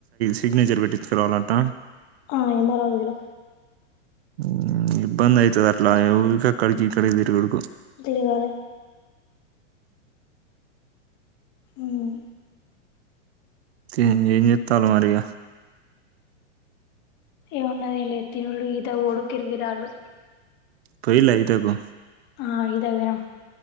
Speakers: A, on the right; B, on the left.
A: సిగ్నేచర్ పెట్టించుకురావాలంట.
B: ఆ, ఎం ఆర్ ఓ ఆఫీసులో
A: ఉమ్ ఇబ్బంది అయితదట్లా ఊకె అక్కడికి ఇక్కడికి తిరుగుడు కు
B: తిరగాలే హ్మ్
A: ఏం జెత్తాల్లో మరిగ?
B: ఏమున్నది ఏం లేదు. తినుడు, ఈతకు పోవుడు, క్రికెట్ ఆడుడు.
A: పొయిల్లా ఈతకు
B: ఆ ఇతకు పోయినం.